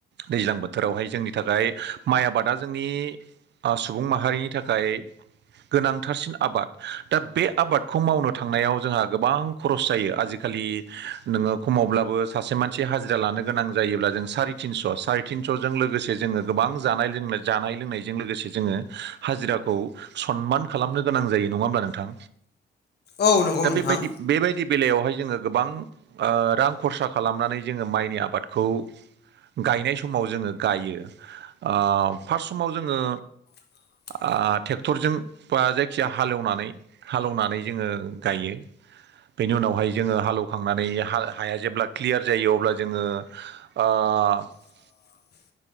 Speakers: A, on the right (about 60°); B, on the left (about 55°).
A: दैज्लां बोथोरावहाय जोंनि थाखाय माइ आबादा जोंनि सुबुं माहारिनि थाखाय गोनांथारसिन आबाद दा बे आबादखौ मावनो थांनायाव जोंहा गोबां खरस जायो आजिखा खालि नोङो खमावब्लाबो सासे मानसि हाजिरा लानो गोनां जायोब्ला जों साराय थिनस' सारिथिन ज'जों लोगोसे जोङो गोबां जानाय लोंनाय जानाय लोंनायजों लोगोसे जोङो हाजिराखौ सनमान खालामनो गोनां जायो नङा होमब्ला नोंथां।
B: औ नंगौ
A: दा
B: नोंथां
A: बेबायदि बेबायदि बेलायावहाय जोङो गोबां ओ रां खरसा खालामनानै जोङो माइनि आबादखौ गायनाय समाव जोङो गायो ओ फार्स्ट समाव जोङो
B: <inaudible>
A: आ ट्रेक्टरजों बा जायखिया हालेवनानै हालेवनानै जोङो गायो। बेनि उनावहाय जोङो हालेवखांनानै हाल हाया जेब्ला क्लियार जायो अब्ला जोङो ओ ओ
B: <inaudible>